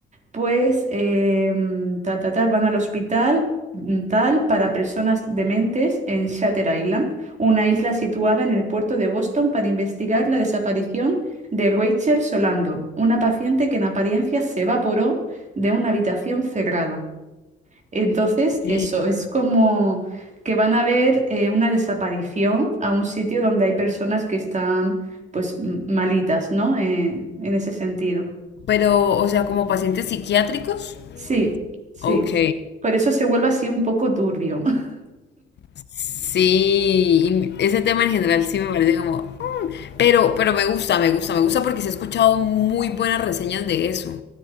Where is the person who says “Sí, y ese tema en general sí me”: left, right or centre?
Left